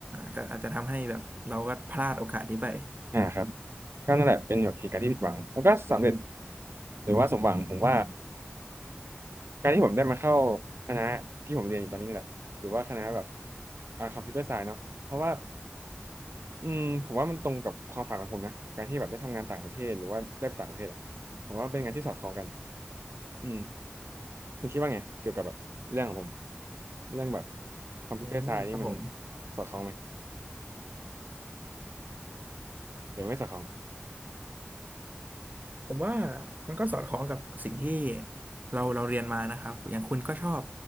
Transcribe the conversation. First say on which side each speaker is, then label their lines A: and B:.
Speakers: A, on the right; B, on the right.
A: ก็อาจจะทำให้แบบเราก็พลาดโอกาสนี้ไป
B: อ่าครับก็นั่นแหละเป็นแบบเหตุการณ์ที่ผิดหวังแล้วก็สำเร็จหรือว่าสมหวังผมว่าการที่ผมได้มาเข้าคณะที่ผมเรียนอยู่ตอนนี้นี่แหละหรือว่าคณะแบบอ่าคอมพิวเตอร์ไซน์เนาะเพราะว่าอืมผมว่ามันตรงกับความฝันของผมนะการที่แบบได้ทำงานต่างประเทศหรือว่าได้ไปต่างประเทศอะผมว่าเป็นงานที่สอดคล้องกันอืมคุณคิดว่าไงเกี่ยวกับแบบเรื่องของผมเรื่องแบบคอมพิวเตอร์ไซน์นี่มัน
A: อืมครับผม
B: สอดคล้องไหมหรือไม่สอดคล้อง
A: ผมว่ามันก็สอดคล้องกับสิ่งที่เราเราเรียนมานะครับอย่างคุณก็ชอบ